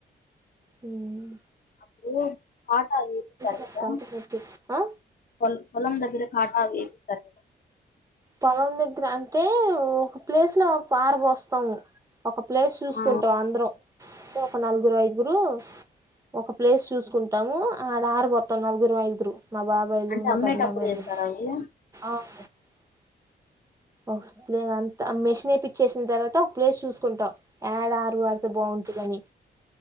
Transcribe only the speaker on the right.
హ్మ్
నాకు
తలకాయ నొప్పి ఆ
పొలం దేగ్గిర అంటే ఒక ప్లేస్ లో పారబోస్థాము ఒక ప్లేస్ చూసుకుంటాం
అందరం ఒక నలుగురు ఐదుగురు ఒక ప్లేస్ చూసుకుంటాము అద్ ఆర బొత్తం నలుగురు ఐదుగురు మా బాబాయిలు
మా
పెద్దనాన్నలు
<unintelligible> ఓస్ ప్లే అంతా మెషన్ ఏపిచ్చేసిన తర్వాత ఒక ప్లేస్ చూసుకుంటాం యాడ ఆరు పెడితే బాగుంటుందని